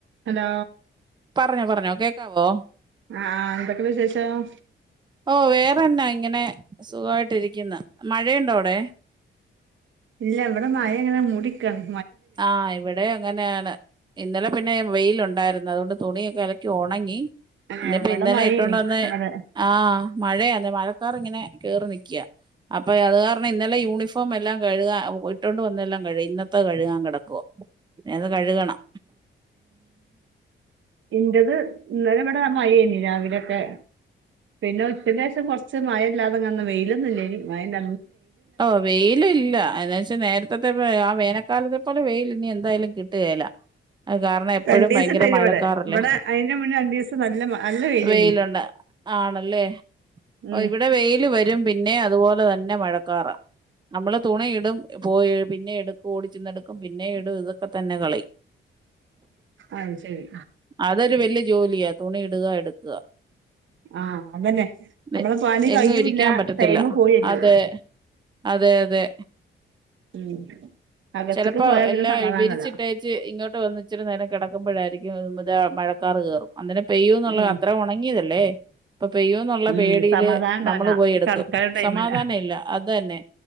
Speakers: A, on the right (about 70°); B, on the right (about 20°).
A: ഹലോ
B: പറഞ്ഞോ പറഞ്ഞോ കേക്കാവോ
A: ആഹ് എന്തൊക്കെ വിശേഷം
B: ഓ വേറെന്നാ ഇങ്ങനെ സുഖമായിട്ടി രിക്കുന്ന് മഴയുണ്ടോ അവിടെ
A: ഇല്ല ഇവിടെ മഴ ഇങ്ങനെ മൂടിയ്ക്കാണ്
B: ആ ഇവിടെ അങ്ങനെയാണ് ഇന്നലെ പിന്നെ വെയിലൊ ണ്ടായിരുന്നു അതുകൊണ്ട് തുണിയൊക്കെ അലക്കി ഒണങ്ങി
A: ഏഹ്
B: ഇന്നിപ്പ
A: ഇവിടെ
B: ഇന്നലെ
A: മഴേനി
B: ഇട്ടൊണ്ടെ വന്നേ
A: ഇന്നലെ
B: ആ മഴയാന്നേ മഴ ക്കാർ ഇങ്ങനെ കേറി നിക്യ അപ്പൊ അത് കാരണം ഇന്നലെ യൂണിഫോം എല്ലാം കഴുകാ ഒ പോയിട്ടോണ്ട് വന്നെല്ലാം കഴി ഇന്നത്തെ കഴ് കുവാൻ കിടക്കുവാ ഇനി അത് കഴുകണം
A: ഇൻ്റത് ഇന്നലെ ഇവിടാ മഴയേനി രാവിലൊക്കെ പിന്നെ ഉച്ചക്കേശം കുറച്ച് മഴ ഇല്ലാതെന്ന വെയിലൊന്നില്ലേ മയണ്ട
B: ഓ വെയില ഇല്ല എന്ന് വെച്ചാ നേരത്തെത്തെ ആ വേനക്കാലത്തെ പോലെ വെയിൽ ഇനി എന്തായാലും കിട്ടുകല അ കാരണം എപ്പോഴും
A: രണ്ടീസം
B: ഭയങ്കര
A: ഇണ്ടായിനി
B: മഴക്കാറല്ലേ
A: ഇവിടെ ഇവിടെ അയിന്റെ മുന്നേ രണ്ടീസം നല്ല മ- നല്ല വെയിലേനി
B: വെയിലുണ്ട് ആണല്ലേ
A: ഉം
B: ഓ ഇവിടെ വെയില് വരും പിന് പിന്നെ അതുപോലെ തന്നെ മഴ കാറാ നമ്മള് തുണിയിടും പോയി പിന്നെ എടുക്കും ഓടിച്ചെന്നെടുക്കും പിന്നെ ഇടും ഇതൊക്കെ തന്നെ കളി
A: അ ശരി
B: അതൊരു വല്യ ജോലിയാ തുണി ഇടുക എടുക്കുക
A: ആ അങ്ങനെ നമ്മടെ
B: എ-
A: പണി
B: എങ്ങും
A: കഴ്യൂല്ല
B: ഇരിക്കാൻ പറ്റത്തില്ല
A: ടൈമ് പോയിറ്റു
B: അതെ അതെ അതെ
A: ഉം അകത്ത്ക്ക്
B: ചിലപ്പോ
A: പോയാ പിന്നെ
B: എല്ലാം
A: സമാധാനല്ല
B: വിരിച്ചിട്ടേച്ച് ഇങ്ങോട്ട് വന്നി ച്ചിരി നേരം കിടക്കുമ്പോഴായിരിക്കും ഉം ഇവിടെ മഴക്കാർ കയറും അന്നരം പെയ്യൂന്നുള്ള
A: ഉം
B: അത്ര ഉണങ്ങിയതല്ലേ ഇപ്പൊ പെയ്യോന്നുള്ള
A: ഉം
B: പേടിയില്
A: സമാധാനം ഉണ്ടാവില്ല
B: നമ്മള് പോയി എടുക്കും
A: കടക്കാനും ടൈമില്ല
B: സമാധാന ഇല്ല അത് തന്നെ